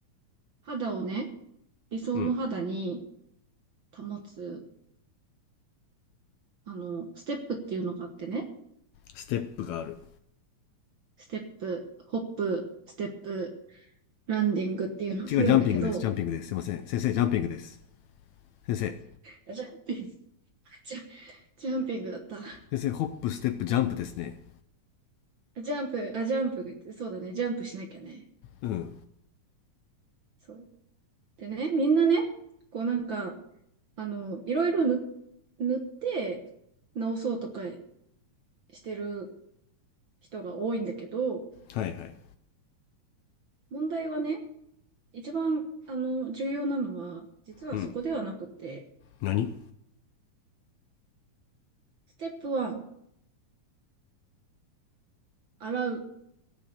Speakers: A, on the right; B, on the left.
A: 肌をね、理想の肌に
B: うん。
A: 保つ、あの、ステップっていうのがあってね、
B: ステップがある。
A: ステップ、ホップ、ステップ、ランディングっていうのをするんだけど、
B: 違う、ジャンピングです。ジャンピングです。すいません。先生、ジャンピングです。先生、
A: <laughs> ジャンピング、<laughs> ジャ、ジャンピングだった。
B: 先生、ホップ、ステップ、ジャンプですね。
A: あジャンプ、あ、ジャンプ、そうだね、ジャンプしなきゃね。
B: うん。
A: そう。でね、みんなね、こうなんか、あの、いろいろ塗、塗って直そうとかしてる人が多いんだけど、
B: はいはい。
A: 問題はね、一番、あの、重要なのは、実はそこではなくて、
B: うん。何
A: ステップ1、洗う。